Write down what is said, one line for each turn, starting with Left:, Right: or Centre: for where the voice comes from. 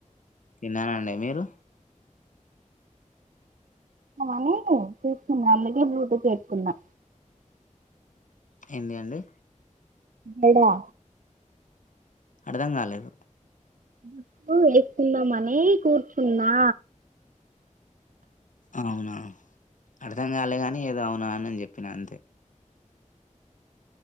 Left: తిన్నానండి మీరు
Right: అని చూస్తూ ఉన్నా అందుకే బ్లూటూత్ పెట్టుకున్నా
Left: ఏంది అండి
Right: గడా
Left: అర్థం కాలేదు
Right: జుట్టు ఓలికున్నామనీ కూర్చున్నా
Left: అవునా అర్ధం కాలే గాని ఏదో అవునా అని చెప్పిన అంతే